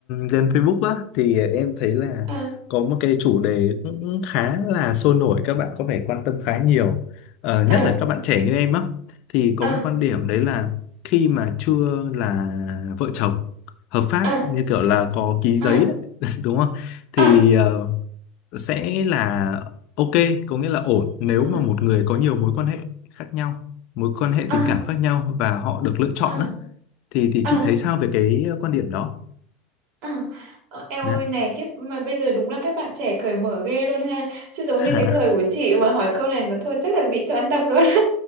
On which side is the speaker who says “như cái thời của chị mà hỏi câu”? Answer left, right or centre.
Right